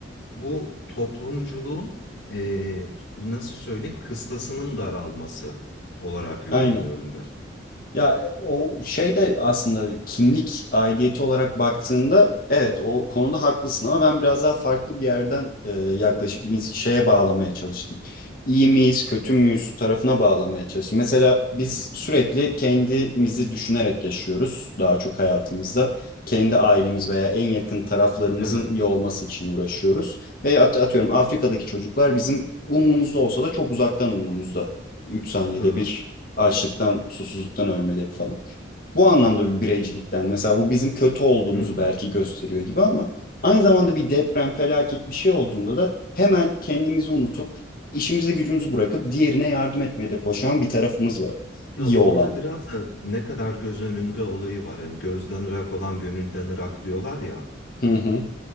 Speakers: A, on the left (about 75°); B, on the left (about 45°).
A: bu toplumculuğun eee, nasıl söyleyeyim kıstasının daralması olarak yorumluyorum
B: aynen.
A: ben.
B: Ya e, o şey de aslında kimlik aidiyeti olarak baktığında evet o konuda haklısın ama ben biraz daha farklı bir yerden e, yaklaşıp ins- şeye bağlamaya çalıştım. İyi miyiz, kötü müyüz tarafına bağlamaya çalıştım. Mesela biz
A: Hı,
B: sürekli kendimizi düşünerek yaşıyoruz daha çok hayatımızda. Kendi ailemiz veya en yakın taraflarımızın
A: evet
B: iyi olması için uğraşıyoruz. Ve at- atıyorum Afrika'daki çocuklar bizim umrumuzda olsa da çok uzaktan umrumuzda. 3 saniyede
A: tabii.
B: bir açlıktan, susuzluktan ölmeleri falan. Bu anlamda bir bireycilikten mesela bu bizim kötü olduğumuzu
A: Hı.
B: belki gösteriyor gibi ama aynı zamanda bir deprem, felaket bir şey olduğunda da hemen kendimizi unutup işimize gücümüzü bırakıp diğerine yardım etmeye de koşan bir tarafımız var. İyi
A: Ya orada
B: olan.
A: biraz da ne kadar göz önünde olayı var. Hani gözden ırak olan gönülden ırak diyorlar ya.
B: Hı hı.